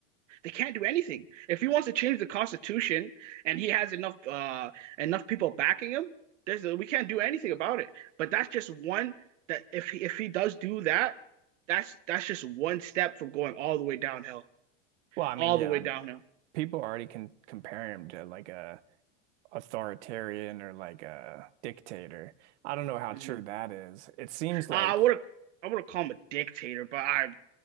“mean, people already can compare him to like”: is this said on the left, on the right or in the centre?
Right